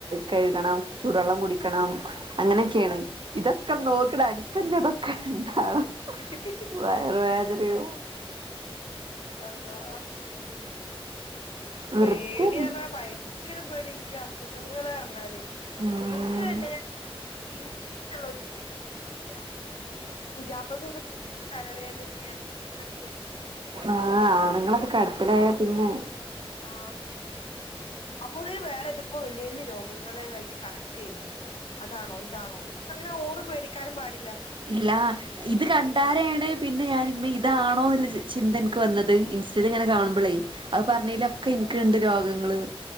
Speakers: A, on the right (about 55°); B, on the left (about 65°).
A: കഴുകണം ചൂടുവെള്ളം കുടിക്കണം അങ്ങനെയൊക്കെയാണ് ഇതൊക്കെ
B: ആ
A: നോക്കടാനും <unintelligible>
B: <unintelligible>
A: വയറുവേദനീം
B: അള്ളാ പേടിയാറ്ഞ്ഞ
A: വൃത്തിയന്നെ
B: ഭയങ്കര പേടി ക്ക അസുഖങ്ങള് പറഞ്ഞാല്
A: ഉം
B: ഇന്ക്ക് തന്നെ ഞ ഇൻ ക്‌ഷ്ടള്ള <unintelligible> പുതിയാപ്ല കൊക്കെ തലവേദന <unintelligible>
A: ആഹ് ആണുങ്ങളൊക്കെ കെടപ്പിലായ പിന്നെ
B: ആ അപ്പൊതില് വേറെതക്കോ വലിയ വലിയ രോഗങ്ങള ആയിട്ട് കണക്ട് ചെയ്യാ അതാണോ ഇതാണോ പക്ഷെ അങ്ങനെ ഓറ് പേടിക്കാനും പാടില്ല.
A: ഇല്ലാ ഇത് കണ്ടാരാണ് പിന്നെ ഞാനി മ്മേ ഇതാണോ എന്നുള്ള ചിന്ത ഇന്ക്ക് വന്നത് ഇൻസ്റ്റൽ ഇങ്ങനെ കാണുമ്പോളേയ് അത് പറഞ്ഞലൊക്കെ
B: ഉം
A: ഇന്ക്ണ്ട് രോഗങ്ങള്